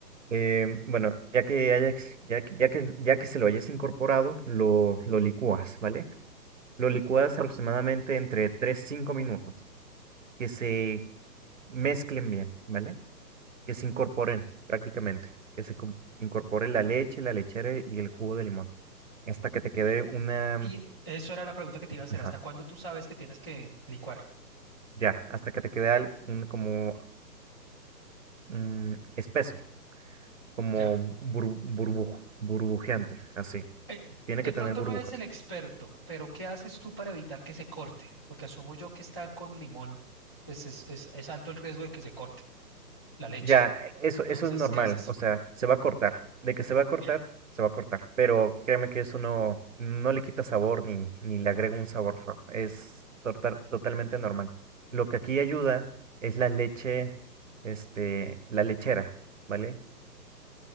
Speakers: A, on the right; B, on the left.
A: Eh, bueno, ya que hayas, ya, que, ya que ya que se lo hayas incorporado, lo, lo licúas, ¿vale? Lo licúas aproximadamente entre tres cinco minutos, que se mezclen bien, ¿vale? Que se incorporen prácticamente, que se com- incorpore la leche, la lechera y el jugo de limón, hasta que te quede
B: Y, cu-
A: una,
B: y eso era la pregunta que te iba a hacer.
A: ajá,
B: ¿Hasta cuándo tú sabes que tienes que licuar?
A: ya, hasta que te quede al- un, como mm, espeso, como
B: Ya.
A: burbu- burbuj- burbujeante, así.
B: Eh,
A: Tiene
B: de
A: que tener
B: pronto
A: burbujas.
B: no eres el experto, pero ¿qué haces tú para evitar que se corte? Porque asumo yo que estar con limón, pues es, es es alto el riesgo de que se corte. la leche.
A: Ya, eso,
B: Entonces,
A: eso es normal,
B: ¿qué haces?
A: o sea, se va a cortar. De que se va a cortar,
B: Bien,
A: se va a cortar. Pero créeme que eso no, no le quita sabor ni, ni le agrega un sabor feo. Es total- totalmente normal. Lo que aquí ayuda es la leche, este, la lechera, ¿vale?